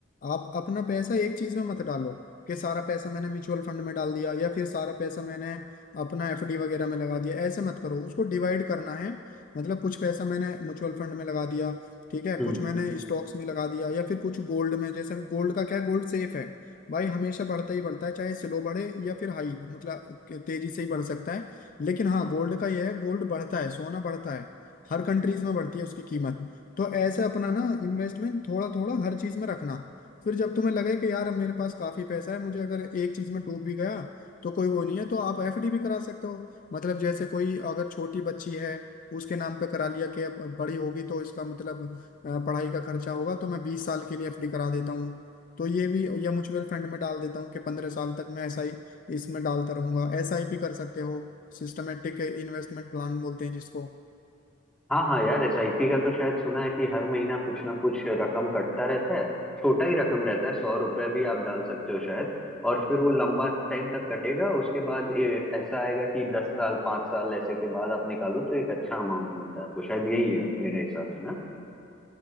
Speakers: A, on the left; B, in the centre.
A: आप अपना पैसा एक चीज में मत डालो कि सारा पैसा मैंने म्यूचुअल फंड में डाल दिया या फिर सारा पैसा मैंने अपना एफडी वगैरह में लगा दिया ऐसे मत करो उसको डिवाइड करना है मतलब कुछ पैसा मैंने म्यूचुअल फंड में लगा दिया ठीक है
B: चीज
A: कुछ मैंने स्टॉक्स में लगा दिया या फिर कुछ गोल्ड में जैसे गोल्ड का क्या है गोल्ड सेफ है भाई हमेशा बढ़ता ही बढ़ता है चाहे स्लो बढ़े या फिर हाई मतलब तेजी से ही बढ़ सकता है लेकिन हाँ गोल्ड का यह है गोल्ड बढ़ता है सोना बढ़ता है हर कंट्रीज में बढ़ती है उसकी कीमत तो ऐसे अपना ना इन्वेस्टमेंट थोड़ा थोड़ा हर चीज में रखना फिर जब तुम्हें लगे कि यार अब मेरे पास काफी पैसा है मुझे अगर एक चीज में डूब भी गया तो कोई वो नहीं है तो आप एफडी भी करा सकते हो मतलब जैसे कोई अगर छोटी बच्ची है उसके नाम पे करा लिया कि अब बड़ी होगी तो इसका मतलब अ, पढ़ाई का खर्चा होगा तो मैं बीस साल के लिए एफडी करा देता हूँ तो ये भी या म्यूचुअल फंड में डाल देता हूँ कि पंद्रह साल तक मैं ऐसा ही इसमें डालता रहूंगा एसआईपी कर सकते हो सिस्टमेटिक इन्वेस्टमेंट प्लान बोलते हैं जिसको
B: हाँ हाँ यार एसआईपी का तो शायद सुना है कि हर महीना कुछ ना कुछ रकम कटता रहता है छोटा ही रकम रहता है सौ रुपये भी आप डाल सकते हो शायद और फिर वो लंबा टाइम तक कटेगा उसके बाद ये ऐसा आएगा कि दस साल पाँच साल ऐसे के बाद आप निकालो तो एक अच्छा अमाउंट मिलता है तो शायद यही है मेरे हिसाब से ना